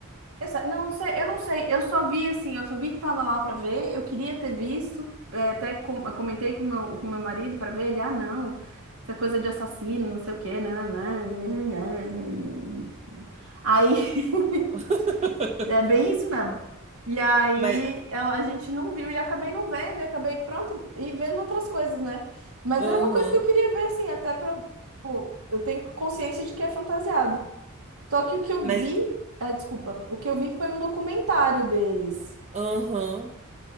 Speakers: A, on the right; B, on the right.
A: Essa, não sei, eu não sei. Eu só vi assim, eu só vi que tava lá pra ver. Eu queria ter visto, é, até com- comentei com meu com meu marido pra ver ele. Ah, não, essa coisa de assassino, não sei o quê, né? né, né, né, né, né, né. Aí <laughs>
B: <laughs>
A: É bem isso mesmo. E aí
B: Mas,
A: ela- a gente não viu e acabei não vendo, e acabei pronto e vendo outras coisas, né? Mas
B: aham,
A: era uma coisa que eu queria ver, assim, até pra. pô, eu tenho consciência de que é fantasiado. Só que o que eu
B: mas,
A: vi, é, desculpa, o que eu vi foi um documentário deles.
B: aham.